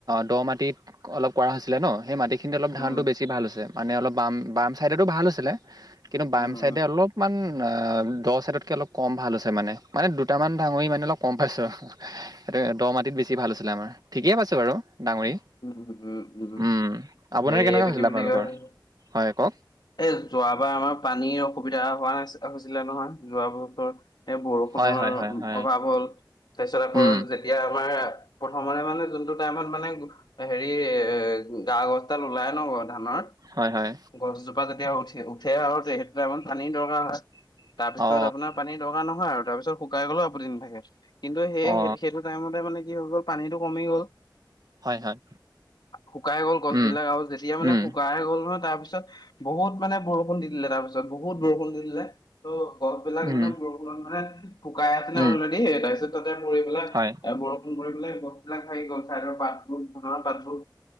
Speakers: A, on the right; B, on the left.
A: দ মা মাটিত অলপ কৰা হৈছিলে ন সেই মাটি খিনি অলপ
B: উম
A: ধানতটো বেছি ভাল হৈছে। মানে অলপ বাম বাম চাইডতো ভাল হৈছিলে। কিন্তু বাম
B: উম
A: চাইডে
B: উম
A: অলপমান অ দহ চাইডতকে অলপ কম ভাল হৈছে মানে মানে দুটামান দাঙৰি মানে অলপ কম পাইছো সেইটো দ মাটিত বেছি ভাল আছিলে আমাৰ ঠিকেইে পাইছো বাৰু। ডাঙৰি
B: উ-উ-উ,
A: উম আপোনাৰ
B: হেৰি
A: কেনেকুৱা
B: এইটো
A: হৈছিলে
B: কি বুলি
A: আপোনালোকৰ
B: কয় এ
A: হয় কওক
B: যোৱাবাৰ আমাৰ পানীৰ অসুবিধা হোৱা না হৈছিলে নহয় যোৱ বছৰ এই বৰষুণৰ
A: হয় হয় হয় হয়
B: অভাৱ হ'ল তাৰপিছত আকৌ
A: উম
B: যেতিয়া আমাৰ প্ৰথমতে মানে যোনটো টাইমত মানে হেৰি এ গা গছডাল ওলাই ন ধানৰ
A: হয় হয়
B: গছজোপা যেতিয়া উঠি উঠে আৰু সেইটো টাইমত পানীৰ দৰকাৰ হয়। তাৰপিছত
A: অ
B: আপোনাৰ পানীৰ দৰকাৰ নহয় আৰু তাৰপিছত শুকাই গ'লেও আপত্তি নাথাকে। কিন্তু সেই
A: অ
B: সেইটো টাইমতে মানে কি হৈ গ'ল পানীটো কমি গ'ল।
A: হয় হয়।
B: শুকাই গ'ল গছ
A: উম
B: বিলাক আৰু যেতিয়া মানে
A: উম
B: শুকাই গ'ল নহয় তাৰ পিছত বহুত মানে বৰষুণ দি দিলে তাৰপিছত বহুত বৰষুণ দি দিলে ত' গছ বিলাক
A: উম
B: মানে বৰষুণত মানে শুকাই আছিলে
A: উম
B: অলৰেডি এই তাৰপিছত তাতে পৰি পেলাই
A: হয়
B: এ বৰষুণ মৰি পেলাই গছ বিলাক থাকি গ'ল চাইডৰ পাতবোৰ ধানৰ পাতবোৰ